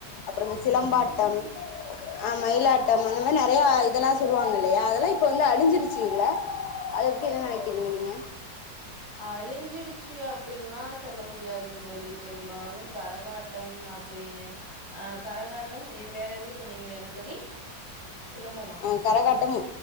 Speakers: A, on the left (about 70°); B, on the right (about 15°).
A: அப்புறம் இந்த சிலம்பாட்டம்
B: ம் ஆமா
A: அஹ் மயிலாட்டம் அந்த மாரி நற யா இதெல்லாம் சொல்லுவாங்க இல்லையா அதெல்லாம் இப்ப வந்து அழிஞ்சிருச்சு ல்ல அத பத்தி என்ன நெனைக்கிறீங்க நீங்க
B: அழிஞ்சிடுச்சு அப்படின்ல்லாம் சொல்ல முடியாதுங்க தோழி பெரும்பாலும் கரகாட்டம் அப்படி அஹ் கரகாட்டம் வேற எது சொன்னீங்கள என்ன தோழி சிலம்பமா
A: ஆஹ் கரகாட்டம்